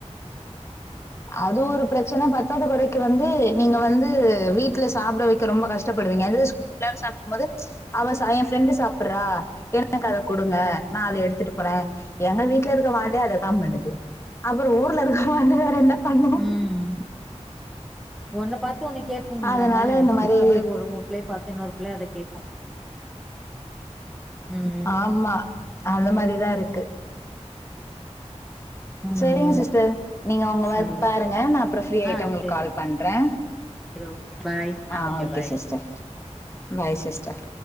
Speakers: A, on the left; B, in the centre.
A: அது ஒரு பிரச்சன பத் தாத கொறைக்கி வந்து நீங்க வந்து வீட்ல சாப்ட வைக்க ரொம்ப கஷ்டப்படுவீங்க அதே ஸ்கூல்ல சாப்டும்போது அவ சா யேன் ஃப்ரெண்டு சாப்பட்றா எனக்கு அத குடுங்க நா அத எடுத்துட்டு போறே எங்க வீட்ல இருக்க வாண்டே அதத்தா பண்ணுது அப்புறோ ஊர்ல இருக்க வாண்டுல வேற என்ன பண்ணும்
B: ம் ஒன்ன பாத் து ஒண்ணு கேக்கு
A: அதனால
B: இல்லங்க
A: இந்த
B: ஸ்கூல்ல
A: மாரி
B: போய் ஒரு ஒரு பிள்ளய பாத்து இன்னொரு பிள்ள அத கேக்கு ம்
A: ஆமா அந்த மாரிதா இருக்கு
B: ம்
A: செரிங்க
B: ம்
A: சிஸ்டர் நீங்க உங்க
B: சேரி
A: வொர்க் பாருங்க நா அப்றோ ஃப்ரீ ஆயிட்டு
B: ஆ
A: உங்களுக்கு
B: சேரி
A: கால் பண்றே
B: ஓகே பாய்
A: ஆ okay
B: bye
A: sister bye sister